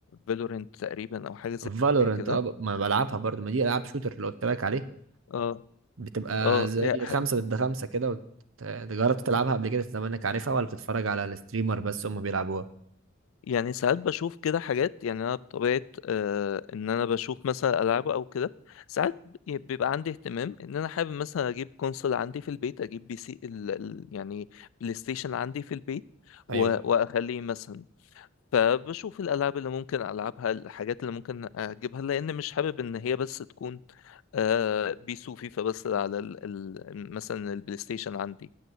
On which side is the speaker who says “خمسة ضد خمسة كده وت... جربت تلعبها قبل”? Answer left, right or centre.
Right